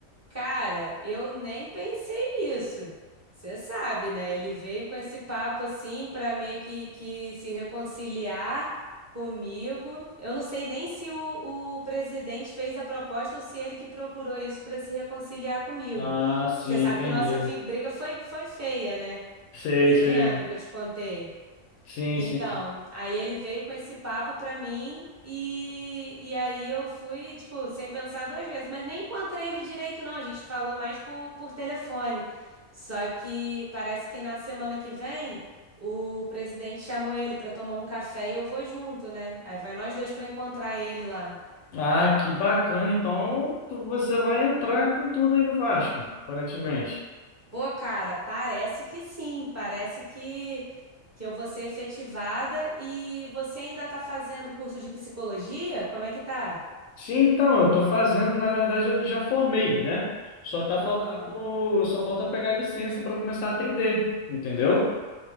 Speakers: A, on the right; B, on the left.
A: Cara, eu nem pensei nisso. Você sabe, né? Ele veio com esse papo assim para meio que, que se reconciliar comigo. Eu não sei nem se o, o presidente fez a proposta ou se ele que procurou isso para se reconciliar comigo.
B: Ah, sim,
A: Você sabe
B: entendi.
A: que nossa fi- briga foi, foi feia, né?
B: Sei,
A: Você
B: sei.
A: lembra que eu te contei?
B: Sim,
A: Então,
B: sim.
A: aí ele veio com esse papo pra mim e, e aí eu fui, tipo, sem pensar duas vezes, mas nem encontrei ele direito, não. A gente falou mais por, por telefone. Só que parece que na semana que vem o presidente chamou ele pra tomar um café e eu vou junto, né? Aí vai nós dois pra encontrar ele lá.
B: Ah, que bacana. Então, tu- você vai entrar com tudo aí no Vasco, aparentemente.
A: Pô, cara, parece que sim, parece que que eu vou ser efetivada e você ainda tá fazendo curso de psicologia? Como é que tá?
B: Sim, então, eu estou fazendo, na verdade, eu já formei, né? Só tá
A: Aham.
B: faltando, só falta pegar licença para começar a atender, entendeu?